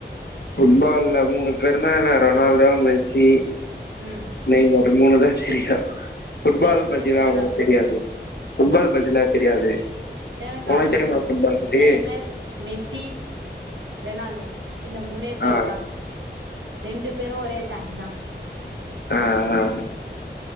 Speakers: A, on the left; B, on the right.
A: ஃபுட்பால்ல மூணு பேருனா என்ன ரொனால்டோ மெஸ்ஸி
B: ம்
A: நெய் மார் மூணு தா தெரியு ஃபுட்பால்
B: வேற எதுவுமே
A: பத்தினா
B: தெரியாதா
A: அவ்ளவா
B: ப்ரோ
A: தெரியாது ஃபுட்பால் பத்திலா தெரியாது
B: எனக்கு
A: ஒனக்கு
B: அதுதா
A: தெரியுமா
B: ப்ரோ
A: ஃபுட்பால் பத்தி
B: நெய்மர் மெஸ்ஸி ரெனால்டோ இந்த மூணே பேரு
A: ஆ
B: தா ரெண்டு பேரு ஒரே சான்ஸ் தா
A: அ அ